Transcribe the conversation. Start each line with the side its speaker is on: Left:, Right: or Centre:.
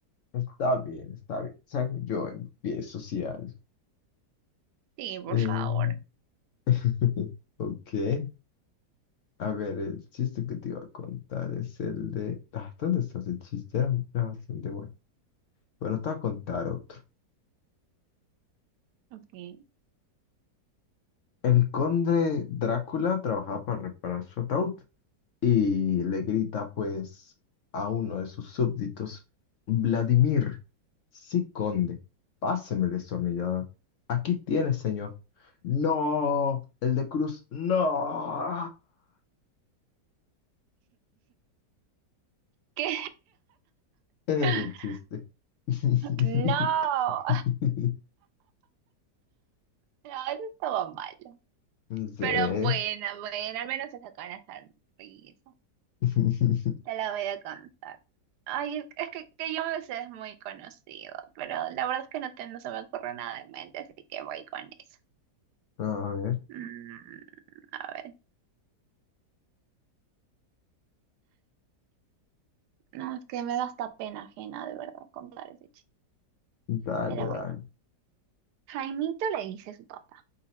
Left: Está bien, está bien. Salgo yo empiezo si algo.
Right: Sí, por
Left: Eh,
Right: favor.
Left: <laughs> ok. A ver, el chiste que te iba a contar es el de... Ah, ¿dónde está ese chiste? Era era bastante bueno. Bueno, te voy a contar otro.
Right: Ok.
Left: El conde Drácula trabajaba para reparar su ataúd. y le grita pues a uno de sus súbditos, Vladimir, sí, conde, páseme el destornillador. Aquí tiene, señor. No, el de cruz, no. <laughs>
Right: ¿Qué?
Left: Ese
Right: <laughs>
Left: es el chiste. <laughs>
Right: No. No, eso estaba malo.
Left: Sí.
Right: Pero bueno, bueno, al menos se sacan la sonrisa.
Left: <laughs>
Right: Te la voy a cantar. Ay, es es que, que yo me sé es muy conocido, pero la verdad es que no, te, no se me ocurre nada en mente, así que voy con eso.
Left: A ver,
Right: Mm, a ver. No, es que me da hasta pena ajena, de verdad, contar ese chiste.
Left: dale,
Right: Pero
Left: dale.
Right: bueno, Jaimito le dice a su papá,